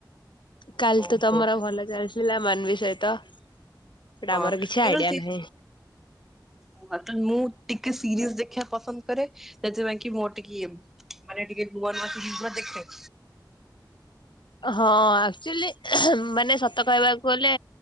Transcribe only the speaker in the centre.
ଓହୋ
ହଁ
ଆକଚୁଆଲି
ସେ
<unintelligible> ମୁଁ ଟିକେ ସିରିଏଲ୍ ଦେଖିବା ପସନ୍ଦ କରେ ସେଥିପାଇଁକି ମୋର ଟିକେ ମାନେ ଟିକେ ନୂଆ ନୂଆ ଫିଲ୍ମ ପୁରା ଦେଖେ।